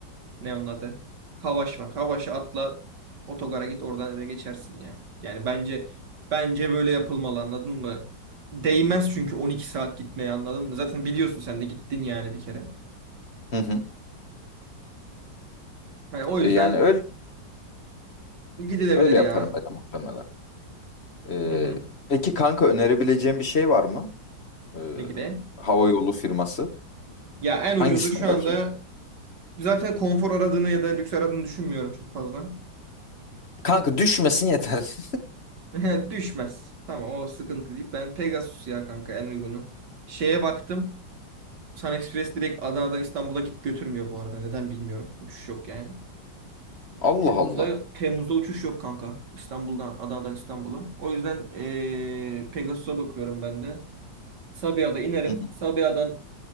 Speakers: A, on the right (about 65°); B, on the left (about 40°).
A: Ne onun adı? Havaş var. Havaş'a atla otogara git oradan eve geçersin ya. Yani bence bence böyle yapılmalı anladın mı? Değmez çünkü 12 saat gitmeye anladın mı? Zaten biliyorsun sen de gittin yani bir kere.
B: Hı hı.
A: Yani o yüzden
B: E, Yani öyle
A: gidilebilir
B: öyle
A: ya.
B: yaparım ben de muhtemelen. Ee,
A: Hı hı.
B: peki kanka önerebileceğim bir şey var mı? Ee,
A: Ne gibi?
B: hava yolu firması.
A: Ya en ucuzu
B: Hangisine
A: şu
B: bakayım?
A: anda zaten konfor aradığını ya da lüks aradığını düşünmüyorum çok fazla.
B: Kanka düşmesin yeter.
A: <laughs> Düşmez. Tamam o sıkıntı değil. Ben Pegasus ya kanka en uygunu. Şeye baktım. Sun Express direkt Adana'dan İstanbul'a git götürmüyor bu arada. Neden bilmiyorum. Uçuş yok yani.
B: <laughs> Allah
A: Temmuz'da
B: Allah.
A: Temmuz'da uçuş yok kanka. İstanbul'dan Adana'dan İstanbul'a. O yüzden eee Pegasus'a bakıyorum ben de. Sabiha'da inerim.
B: Hı
A: Sabiha'dan